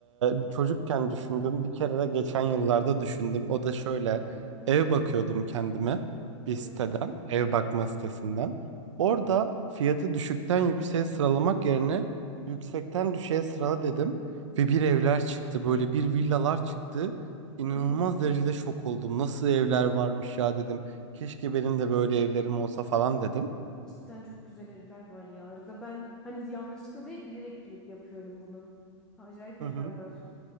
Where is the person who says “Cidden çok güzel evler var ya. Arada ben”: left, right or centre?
Centre